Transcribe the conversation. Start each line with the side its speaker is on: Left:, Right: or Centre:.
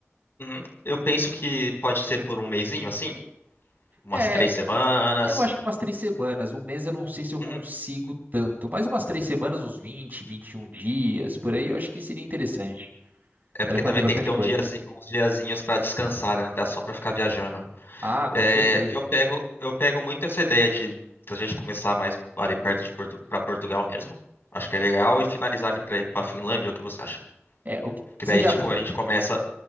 Left: uhum. Eu penso que pode ser por um mesinho, assim, umas
Right: É,
Left: três semanas.
Right: Eu acho que umas três semanas, um mês eu não sei se eu
Left: Uhum.
Right: consigo tanto, mas umas três semanas, uns vinte, vinte e um dias, por aí, eu acho que seria interessante.
Left: É
Right: Daria
Left: porque
Right: pra
Left: também
Right: fazer bastante
Left: tem que ter
Right: coisa.
Left: um diazi- uns diazinhos para descansar, né? Não dá só para ficar viajando.
Right: Ah, com
Left: É,
Right: certeza.
Left: eu pego, eu pego muito essa ideia de a gente começar mais ali perto de Portu, para Portugal mesmo. Acho que é legal e finalizar ali para Finlândia, o que você acha?
Right: É, o que-
Left: Que
Right: você
Left: daí
Right: já.
Left: tipo a gente começa.